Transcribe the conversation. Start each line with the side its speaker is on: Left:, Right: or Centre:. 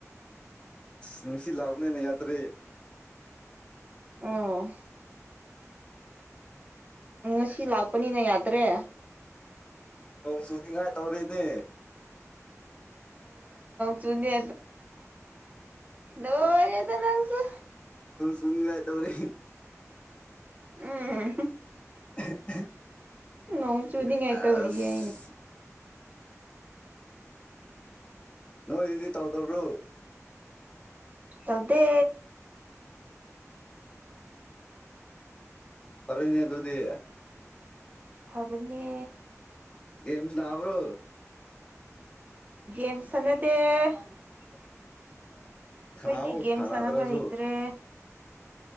Left: ꯅꯨꯡꯁꯤ ꯂꯥꯛꯅꯦꯅ ꯌꯥꯗ꯭ꯔꯦ
Right: ꯑ ꯎꯝ ꯉꯁꯤ ꯂꯥꯛꯄꯅꯤꯅ ꯌꯥꯗ꯭ꯔꯦ
Left: ꯅꯣꯡ ꯆꯨꯅꯤꯡꯉꯥꯏ ꯇꯧꯔꯤꯅꯦ
Right: ꯆꯨꯅꯤ ꯗꯗ ꯅꯪꯁꯨ
Left: ꯁꯅꯤꯡꯉꯥꯏꯇꯧꯔꯤꯦ
Right: ꯎꯝ
Left: <inaudible>
Right: ꯅ ꯆꯨꯗꯤꯤꯡ ꯑꯥꯏ
Left: ꯑꯁ
Right: ꯇꯧꯔꯤꯌꯦ
Left: ꯅꯣꯏ ꯏꯗꯤ ꯇꯧ ꯇꯧꯕꯣ
Right: ꯇꯗ ꯎ
Left: ꯐꯔꯤꯅꯦ ꯑꯗꯨꯗꯨꯗꯤ
Right: ꯍꯥꯏꯕꯅꯤ
Left: ꯒꯦꯝꯁ ꯅꯥꯕ꯭ꯔꯣ
Right: ꯦꯝꯁ ꯑꯅꯗꯤ ꯑꯩꯈꯣꯏꯗꯤ
Left: ꯁꯥꯟꯅꯧ
Right: ꯦꯝ
Left: ꯁꯥꯟꯅꯗ꯭ꯔꯁꯨ
Right: ꯁꯅꯅꯕ ꯍꯇ꯭ꯔꯦ